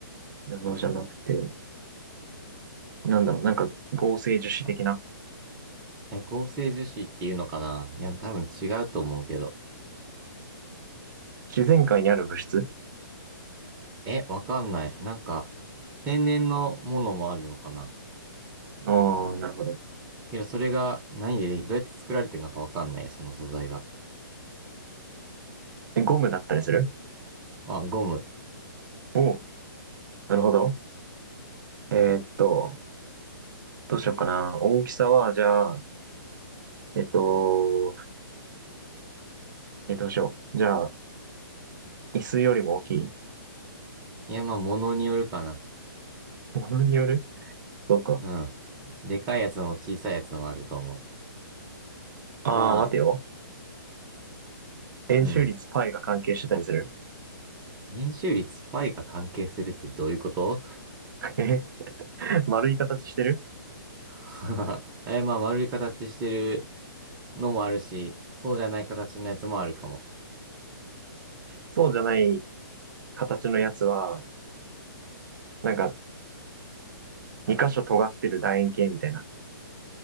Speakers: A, on the right (about 55°); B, on the right (about 20°).
A: 布じゃなくて、なんだろう、なんか合成樹脂的な。
B: や、合成樹脂っていうのかないや、多分違うと思うけど。
A: 自然界にある物質
B: え、わかんない。なんか、天然のものもあるのかな
A: ああなるほど。
B: けどそれが何ででどうやって作られてるのかわかんない、その素材が。
A: えゴムだったりする
B: あ、ゴム。
A: おうなるほど。えーっと、どうしようかな。大きさは、じゃあ、えっと、え、どうしよう。じゃあ、椅子よりも大きい
B: いや、まあ、ものによるかな。
A: ものによるそうか。
B: うん。でかいやつも小さいやつもあると思う。
A: ああ、
B: まあ、
A: 待てよ。円周率
B: うん。
A: π が関係してたりする
B: 円周率 π が関係するってどういうこと
A: <laughs> 丸い形してる
B: <laughs> え、まあ、丸い形してるのもあるし、そうじゃない形のやつもあるかも。
A: そうじゃない形のやつは、なんか2箇所尖ってる楕円形みたいな。